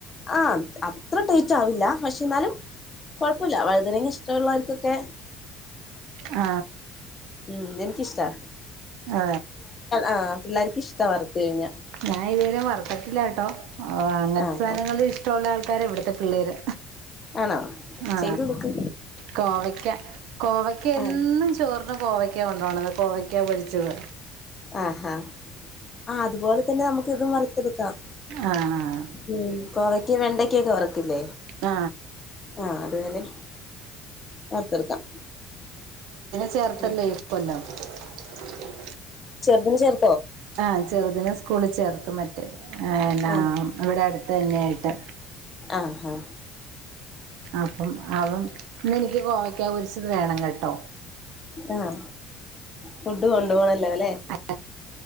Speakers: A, on the left; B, on the right.
A: ആ അത്ര ടേസ്റ്റ് ആവില്ല പക്ഷെ എന്നാലും കൊഴപ്പല്ല വഴുതനങ്ങ ഇഷ്ടൊള്ളവർക്കൊക്കെ
B: ആ
A: ഉം എനിക്കിഷ്ട്ടാ
B: ആ
A: ആ പിള്ളേരിക്ക് ഇഷ്ടാ വറുത്തു കഴിഞ്ഞാ
B: ഞാൻ ഇതുവരെയും വറുത്തിട്ടില്ലാ ട്ടോ ഓ അങ്ങനത്തെ
A: ആഹ്
B: സാധനങ്ങള്
A: ആഹ്
B: ഇഷ്ടമുള്ള ആൾ കാരാ ഇവിടുത്തെ പിള്ളേര്
A: ആണോ
B: ആ
A: ചെയ്ത് കൊടുക്ക്
B: കോവയ്ക്ക കോവയ്ക്ക എന്നും
A: ആഹ്
B: ചോർ കോവ കൊണ്ടാണ് കോവയ്ക്കാ പൊരിച്ചത്
A: ആഹാ ആ അതുപോലെ തന്നെ നമുക്ക് ഇതും വറത്തെടുക്കാം
B: ആഹ്
A: ഉം കോവയ്ക്ക് വെണ്ട ക്കെ ക്കെ വറുക്കില്ലേ
B: ആ
A: ആ അതുപോലെ വർത്തെടുക്കാം
B: വർത്തില്ലെ
A: ഉം
B: ഇപ്പെല്ലാം <unintelligible>
A: ചെറുതിനെ ചേർ
B: ആഹ് ചെറുതിനെ സ്കൂളിൽ ചേർത്ത് മ മോ
A: ആഹ്
B: ഇവിടെ അടുത്ത് തന്നെയായിട്ട്
A: ആഹാ
B: അപ്പം അവൻ ഇന്ന് എനിക്ക് കോവയ്ക്ക പരിച്ചത് വേണം കേട്ടോ
A: ആഹ് ഫുഡ് കൊണ്ടു പോണല്ലോ അല്ലെ
B: ആ